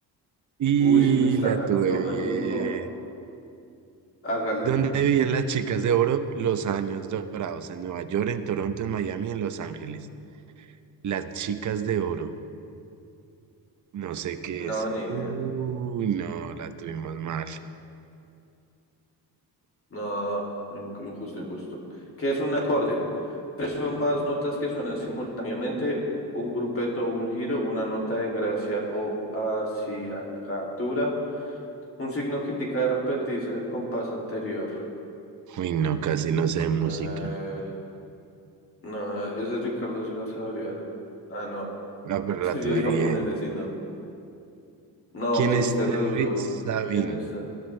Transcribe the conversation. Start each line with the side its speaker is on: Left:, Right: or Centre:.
Right: Y
Left: Uy, sí me está
Right: la
Left: ganando
Right: tuve
Left: re
Right: bien.
Left: duro. Hágale.
Right: ¿Dónde vivían las chicas de oro? Los años dorados, en Nueva York, en Toronto, en Miami, en Los Ángeles. Las chicas de oro, no sé qué
Left: No,
Right: es.
Left: ni idea.
Right: Uy, no, la tuvimos mal.
Left: No, in- injusto, injusto. ¿Qué es un acorde? Tres o más notas que suenan simultáneamente, un grupeto, un giro, una nota de gracia o acciacatura, un signo que indica de repetirse en el compás anterior.
Right: Uy, no, casi no sé de música.
Left: Eh, no, ese Ricardo sí lo sabría. Ah, no.
Right: Ah, pero
Left: <laughs>
Right: la
Left: Yo
Right: tuve
Left: iba
Right: bien.
Left: a poner ese y no. No,
Right: ¿Quién
Left: me
Right: es
Left: diste
Right: Terry
Left: re duro
Right: Sabin?
Left: en esta.